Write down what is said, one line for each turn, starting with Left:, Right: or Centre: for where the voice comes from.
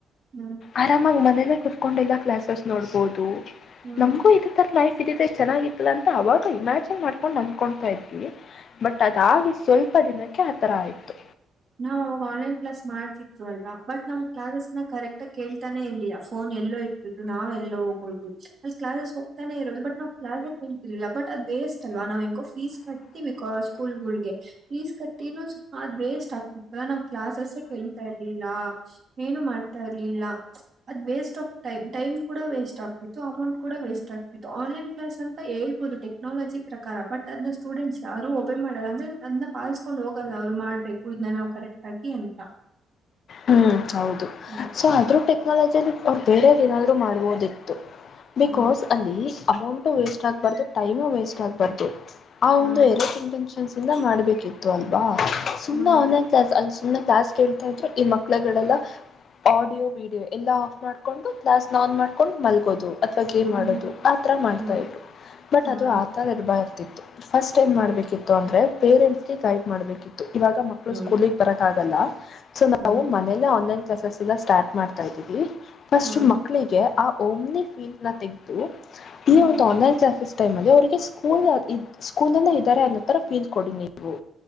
Right: ಹ್ಮ್
Left: ಆರಾಮಾಗಿ ಮನೇಲ್ಲೇ ಕುೂತ್ಕೊಂಡಿಲ್ಲ ಕ್ಲಾಸಸ್ ನೋಡ್ಬಹುದು
Right: ಹ್ಮ್
Left: ನಮಗೂ ಇದ ತರ ಲೈಫ್ ಇದಿದೆ ಚೆನ್ನಾಗಿತ್ತಲ್ಲ ಅಂತ ಅವಾಗ ಇಮ್ಯಾಜಿನ್ ಮಾಡ್ಕೊಂಡ್ ಅಂದಕೊತಾ ಇದ ಇದ್ವಿ ಬಟ್ ಅದಾಗಿ ಸ್ವಲ್ಪ ದಿನಕ್ಕೆ ಆತರ ಆಯ್ತು
Right: ನಾವ್ ಅವಾಗ ಆನ್ಲೈನ್ ಕ್ಲಾಸ್ ಮಾಡ್ತಿತ್ತುರು ಅಲ್ ಬಟ್ ನಮ್ ಕ್ಲಾಸಸ್ ನ ಕರೆಕ್ಟ್ ಕೇಳ್ತಾನೆ ಇರ್ಿಲ್ಲ ಫೋನ್ ಎಲ್ಲೋ ಇಟ್ಬಿಟ್ಟು ನಾವೆಲ್ಲ ಹೋಗೋುದು ಅಲ್ಲಿ ಕ್ಲಾಸಸ್ ಹೋಗ್ತಾನೇ ಇರದು ಬಟ್ ನಾವು್ ಬಟ್ ಅದು ವೇಸ್ಟ್ ಲ್ವಾ ನಾವ್ ಹೆಂಗೋ ಫೀಸ್ ಕಟ್ಟಿ ಸ್ಕೂಲ್ ಗಳಗೆ ಫೀಸ್ ಕಟ್ಟಿನೂ ಅದ್ ವೇಸ್ಟ್ ಆಗ್ ಇ ನಾ್ ಕ್ಲಾಸ್ಸೆ ಕೇಳ್ತಾ ಇರ್ಲಿ ಏನು ಮಾಡ್ತಾ ಇರ್ಲಿಲ್ಲ ಅ ವೇಸ್ ಆಫ್ ಟೈಮ್ ಕೂಡ ವೇಸ್ಟ್ ಆಗ್ತಿತ್ತು ಅಮೌಂಟ್ ಕೂಡ ವೇಸ್ಟ್ ಆಗ್ತಿತ್ತು ಆನ್ಲೈನ್ ಕ್ಲಾಸ್ ಅಂತ ಹ ಹದು ಟೆಕ್ನಾಲಜಿ ಪ್ರಕಾರ ಬಟ್ ಅದನ್ನ ಸ್ಟೂಡೆಂಟ್ಸ್ ಯಾರು ಒಬೆ ಮಾಡಲ್ಲ ಅಂದ್ರೆ ಅದ್ನ್ನ ಪಾಲಿಸಸ್ಕೊಂಡ್ ಹೋಗಲ್ಲ ಅವ್ರು್ಬೇಕು ಉಡನ ನಾವು ಕರೆಕ್ಟ್ ಆಗಿ ಅಂತ
Left: ಹ್ಮ್ ಹೌದು
Right: ಹ್ಮ್
Left: ಸೊ ಆದ್ರೂ ಟೆಕ್ನಾಲಜಿಲ್ಲಿ ಅವ್ರು ಬೇರೆಯವ್ರು ಏನಾದ್ರು ಮಾಡ್ಬೋದಿತ್ತು ಬಿಕಾಸ್
Right: ಹ್ಮ್
Left: ಅಲ್ಲಿ ಅಮೌಂಟ ವೇಸ್ಟ್ ಆಗ್ಬಾರ್ದು ಟೈಮು ವೇಸ್ಟ್ ಆಗ್ಬಾರ್ದು ಆ
Right: ಹ್ಮ್
Left: ಒಂದು ಎರ ಇಟೆನ್ಕ್ಷನ್ಸ್ ಇಂದ ಮಾಡ್ಬೇಕಿತ್ತು ಅಲ್ವಾ ಸು
Right: ಹ್ಮ್
Left: ಒಂದ ಇನ್ನು ಕಾಸ್ ಕೇಳ್ತಾ ಇದ್ರು ಈ ಮಕ್ಳುಗಳೆಲ್ಲ ಆಡಿಯೋ ವಿಡಿಯೋ ಎಲ್ಲಾ ಆಫ್ ಮಾಡ್ಕೊಂಡು ಗ್ಲಾಸ್ ಆನ್ ಮಾಡ್ಕೊಂಡು ಮಲ್ಗೋವು ಅಥವಾ ಗೇಮ್
Right: ಹ್ಮ್
Left: ಮಾಡೋದು ಆ ಥರ ಮಾಡ್ತಾ
Right: ಹ್ಮ್
Left: ಇದ್ರು ಬಟ್
Right: ಹ್ಮ್
Left: ಅದು ಆ ತಥರ ಇರಬಾರ ಇರ್ತಿತ್ತು ಫಸ್ಟ್ ಏನ್
Right: ಹೌದು
Left: ಮಾಡ್ಬೇಕಿತ್ತು ಅಂದ್ರೆ ಪೇರೆಂಟ್ಸ್ಗೆ ಗೈಡ್ ಮಾಡ್ಬೇಕಿತ್ತು ಇವಾಗ ಮಕ್ಕಳು
Right: ಹ್ಮ್
Left: ಸ್ಕೂಲ್ಗೆ ಬರಕ್ ಆ ಸೊ ನಾವು
Right: ಹ್ಮ್
Left: ಮನೇಲ್ಲ ಆನ್ಲೈನ್ ಕ್ಲಾಸಸ್ ಎಲ್ಲ ಸ್ಟಾರ್ಟ್ ಮಾಡ್ತಾ ಇದ್ದೀವಿ ಫಸ್ಟ್
Right: ಹ್ಮ್
Left: ಮಕ್ಕಳಿಗೆ ಆ ಓಮ್ನ ಫೀಲ್ ನ ತೆಗೆದು ಈ
Right: ಹ್ಮ್
Left: ಒಂದು ಆನ್ಲೈನ್ ಕ್ಲಾಸಸ್ ಟೈಮ್ ಅಲ್ಲಿ ಅವರಿಗೆ ಸ್ಕೂಲ್ ಸ್ಕೂಲ್ಂದ ಇದ್ದಾರೆ ಅನ್ನೋ ತರ ಫೀಲ್ ಕೊಡನಿ ನೀವು